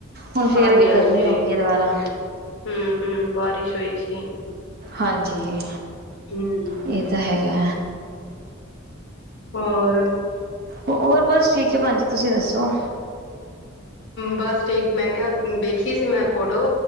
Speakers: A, on the right (about 50°); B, on the left (about 60°).
A: ਹੁਣ ਫੇਰ
B: ਹਾਂਜੀ-ਹਾਂਜੀ,
A: ਉਹੀ ਗਰਮੀ ਹੋ ਗਈ ਦੁਬਾਰਾ
B: ਹੂੰ-ਹੁੰ ਬਾ ਬਾਰਿਸ਼ ਹੋਈ ਸੀ।
A: ਹਾਂਜੀ,
B: ਹੂੰ
A: ਇਹ ਤਾਂ ਹੈਗਾ।
B: ਹੋਰ
A: ਹੋਰ ਬਸ ਠੀਕ ਹੈ ਭੈਣ ਜੀ ਤੁਸੀਂ ਦੱਸੋ?
B: ਬਸ ਠੀਕ, ਮੈਂ ਕਿਹਾ ਵੇਖੀ ਸੀ ਮੈਂ ਫੋਟੋ